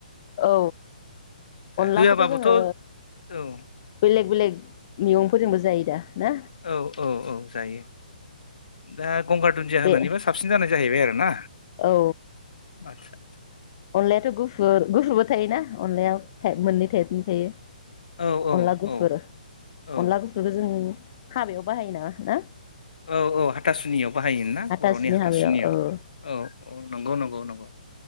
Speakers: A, on the left; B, on the left.
A: औ अनलाखौथ'
B: होआबाबोथ'
A: जोङो
B: औ
A: बेलेग
B: औ
A: -बेलेग मैगं फोरजोंबो जायो दा? ना
B: औ औ औ जायो। दा गंगार दुन्दिया
A: बे
B: होननानैबो साबसिन जानाय जाहैबाय आरो ना?
A: औ।
B: आदसा आसा <unintelligible>
A: अनलायाथ' गुफुर गुफुरबो थायोना अनलाया था मोननै थायपनि थायो।
B: औ औ
A: अनला गुफुर
B: औ
A: अनला
B: औ
A: गुफुरखौ जों हाबायाव बाहायोना ना?
B: औ औ हाथासुनियाव बाहायोना
A: हाथासुनि
B: बर'नि हाथासुनियाव
A: हाबायाव औ
B: औ औ नंगौ नंगौ नंगौ